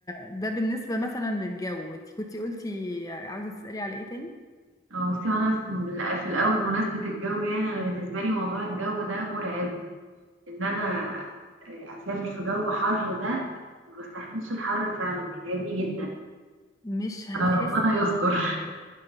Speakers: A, on the left; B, on the right.
A: ده بالنسبة مثلا للجو انت كنتي قلتي عاوزة تسألي على ايه تاني
B: اه بصي انا في في الاول مناسبه الجو يعني انا بالنسبه لي موضوع الجو ده مرعب ان انا آه، اسافر في جو حر ده ما بستحملش الحر فعلا بيتعبني جدا
A: مش هتحسي
B: ربنا يستر
A: بحاجة